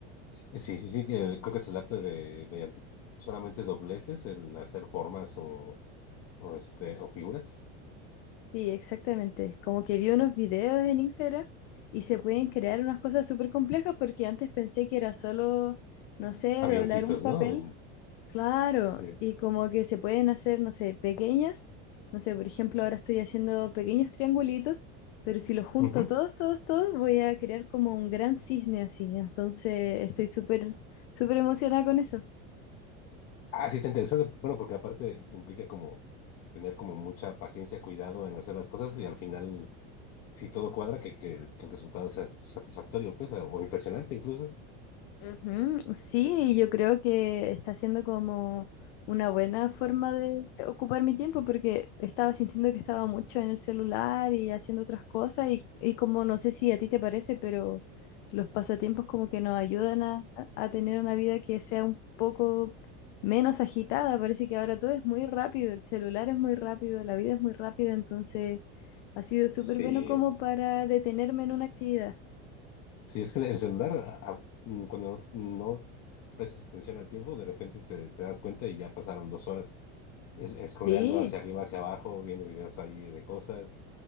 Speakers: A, on the left; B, on the left.
A: Eh, Sí, sí, sí, que creo que es el arte de mediante solamente dobleces, el hacer formas o, o, este, o figuras.
B: Sí, exactamente. Como que vi unos videos en Instagram y se pueden crear unas cosas súper complejas porque antes pensé que era solo, no sé,
A: Avioncitos,
B: doblar un papel,
A: ¿no?
B: Claro,
A: Sí.
B: y como que se pueden hacer, no sé, pequeñas, no sé, por ejemplo, ahora estoy haciendo pequeños triangulitos, pero si los junto
A: Ujú.
B: todos, todos, todos, voy a crear como un gran cisne así, entonces estoy súper, súper emocionada con eso.
A: Ah, sí, está interesante. Bueno, porque aparte implica como tener como mucha paciencia, cuidado en hacer las cosas y al final, si todo cuadra, que, que, que el resultado sea satisfactorio, pues, o impresionante incluso.
B: Ujú, Sí, yo creo que está siendo como una buena forma de ocupar mi tiempo porque estaba sintiendo que estaba mucho en el celular y haciendo otras cosas y, y como no sé si a ti te parece, pero los pasatiempos como que nos ayudan a, a tener una vida que sea un poco menos agitada. Parece que ahora todo es muy rápido, el celular es muy rápido, la vida es muy rápida, entonces ha sido súper
A: Sí.
B: bueno como para detenerme en una actividad.
A: Sí, es que el celular, a- a- mm, cuando no, no prestas atención al tiempo, de repente te, te das cuenta y ya pasaron dos horas es, scrolleando
B: Sí.
A: hacia arriba, hacia abajo, viendo videos allí de cosas.